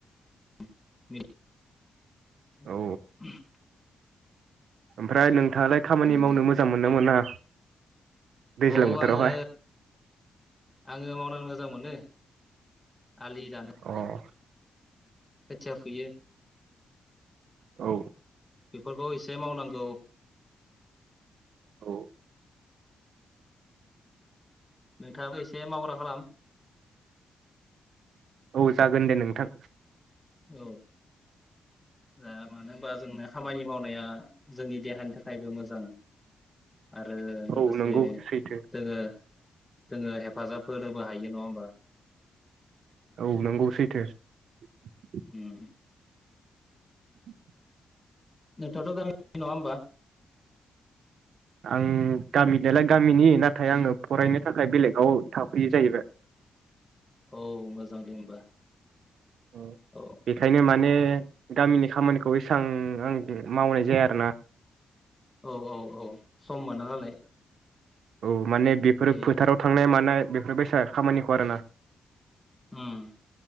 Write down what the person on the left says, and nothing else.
<unintelligible>
दे
औ
आङो आङो मावनानै मोजां मोनो आलि दानो
खोथिया फुयो
बेफोरखौ एसे मावनांगौ
नोंथाङाबो एसे मावग्रा खालाम
औ दा मानो होनबा जोंनो खामानि मावनाया जोंनि देहानि थाखायबो मोजां। आरो लोगोसे
जोङो जोङो हेफाजाब होनोबो हायो। नङा होमबा
उम
नोंथाङाथ' गामिनि नङा होमबा
औ मोजां दे होमबा
औ
औ औ औ सम मोना नालाय
बे
ओम